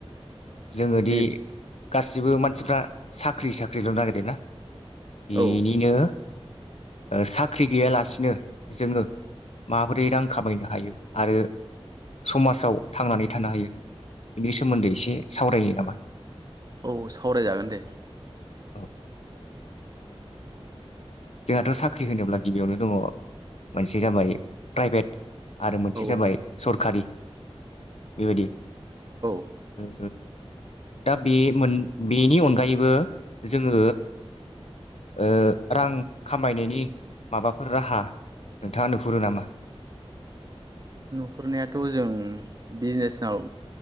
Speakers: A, on the left; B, on the right.
A: जोङोदि
B: दे
A: गासिबो मानसिफ्रा साख्रि साख्रिल' नागिरदोंना एनिनो
B: औ
A: ओ साख्रि गैयालासिनो जोङो माबोरै रां खामायनो हायो आरो समाजाव थांनानै थानो हायो बिनि सोमोन्दै एसे सावरायो नामा
B: औ सावरायजागोन दे
A: ओ जोंहाथ' साख्रि होनोब्ला गिबियावनो दङ मोनसे जाबाय प्राइभेट आरो मोनसे
B: औ
A: जाबाय
B: औ
A: सरखारि बेबायदि
B: औ
A: <inaudible> दा बे मोन बेनि अनगायैबो जोङो ओ रां खामायनायनि माबाफोर राहा नोंथाङा नुहुरो नामा?
B: नुहुरनायाथ' जों बिजनेसाव